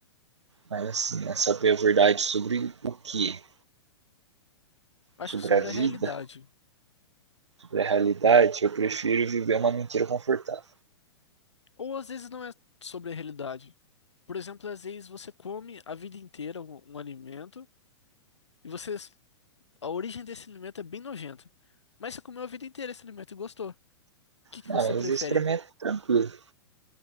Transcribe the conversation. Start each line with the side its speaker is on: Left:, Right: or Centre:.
Right: mas assim, é saber a verdade sobre o que?
Left: Acho
Right: Sobre
Left: que sobre
Right: a vida,
Left: a realidade.
Right: da realidade, eu prefiro viver uma mentira confortável.
Left: Ou às vezes não é sobre a realidade. Por exemplo, às vezes você come a vida inteira um, um alimento e você A origem desse alimento é bem nojenta. Mas você comeu a vida inteira esse alimento e gostou. O que que
Right: Não,
Left: você prefere?
Right: mas isso pra mim é tranquilo.